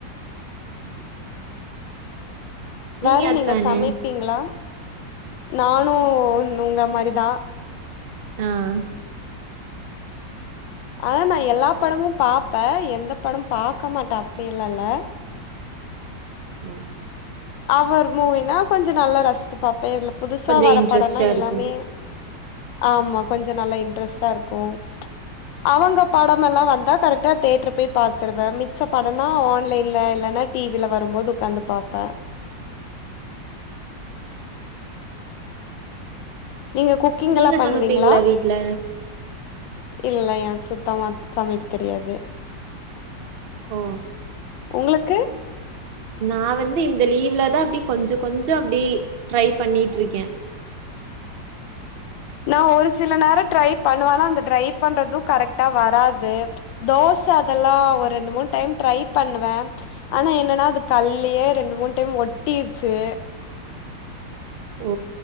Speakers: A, on the left; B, on the right.
A: வேற
B: யார்
A: நீங்க
B: ஃபேனு?
A: சமைப்பீங்களா நானும் உங்க மாரிதான்
B: ஆஹ்
A: ஆனா நான் எல்லா படமும் பாப்பேன் எந்த படம் பாக்க மாட்டேன் அப்டிலாம் இல்ல
B: ஓ
A: அவர் மூவினா கொஞ்சம் நல்லா ரசிச்சு பாப்பேன் இல புதுசா
B: கொஞ்சோ
A: வர
B: இன்ட்ரெஸ்ட்டா
A: படம்னா எல்லாமே
B: இருக்கும்.
A: ஆமா கொஞ்சம் நல்லா இன்ட்ரெஸ்ட்டா இருக்கும் அவங்க படமெல்லாம் வந்தா கரெக்டா தியேட்டர் போய் பாத்துருவேன் மிச்ச படம்னா ஆன்லைன்ல இல்லன்னா டிவில வரும்போது உட்காந்து பாப்பேன் நீங்க குக்கிங்
B: நீங்க
A: எல்லாம் பண்ணுவீங்களா
B: சமைப்பீங்களா வீட்ல?
A: இல்ல எனக்கு சுத்தமா சமைக்க தெரியாது
B: ஓ
A: உங்களுக்கு
B: நான வந்து இந்த லீவ்ல தான் அப்டி கொஞ்சம் கொஞ்சம் அப்டி ட்ரை பண்ணிட்டு இருக் க்கன்
A: நான ஒரு சில நேரம் ட்ரை பண்ணுவேன் ஆன அந்த ட்ரை பண்றதும் கரெக்டா வராது தோச அதெல்லாம் ஒரு ரெண்டு மூணு டைம் ட்ரை பண்ணுவேன் ஆனா என்னன்னா அது கல்லயே ரெண்டு மூணு டைம் ஒட்டிருச்சு
B: ஓ